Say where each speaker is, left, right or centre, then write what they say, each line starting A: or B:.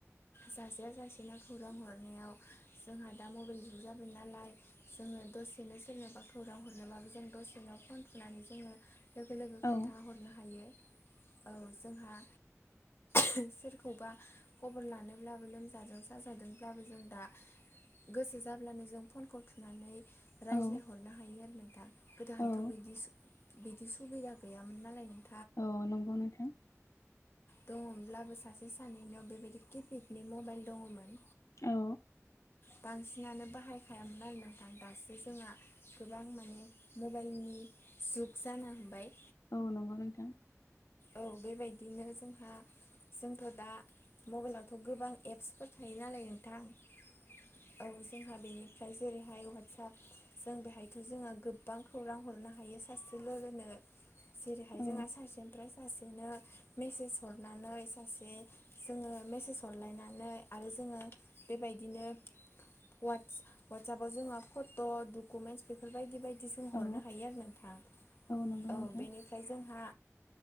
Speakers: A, on the left; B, on the left.
A: जाजाया जासेना खौरां हरनायाव जोंहा दा मबाइल जुग जाबाय नालाय जोङो दसेनो सोरनोबा खौरां हरनोबाबो जों दस नोंनाव फन थुनानै जोङो लोगो लोगो
B: औ
A: खोन्थाहरनो हायो। औ जोंहा। ओह सोरखौबा खबर लानोब्लाबो लोमजादों साजादोंब्लाबो जों दा। गोसो जाब्लानो जों फनखौ थुनानै रायज्लायहरनो
B: औ
A: हायो आरो।
B: औ
A: थ' बिदि सु बिदि सुबिदा गैयामोन नालाय नों।
B: औ नंगौ नोंथां।
A: दङमोनब्लाबो सासे सानैनियाव बेबायदि किपेडनि मबाइल दङमोन।
B: औ।
A: बांसिनानो बाहायखायामोन आरो नोंथां दासो जोंहा गोबां माने मब बाइलनि जुग जानो हाबाय।
B: औ नंगौ नोंथां।
A: औ बेबायदिनो जोंहा जोंथ' दा मबाइलावथ' गोबां एप्सफोर थायो नालाय नोंथां। औ जोंहा बेनि। ओमफ्राय जेरैहाय वाटसप जों बेहायथ' जोङो गोबां खौरां हरनो हायो सासे लोगोनो। जेरैहाय
B: औ
A: जोंहा सासे सासेनो मेसेज हरनानै सासे जोङो मेसेज हरलायनानै आरो जोङो बेबायदिनो वाटस वाटसएपाव जोंहा फट' डकुमेन्टस बेफोरबायदि बाय दि जों हरनो
B: औ
A: हायो आरो नोंथां।
B: नंगौ नोंथां
A: औ बेनिफ्राय जोंहा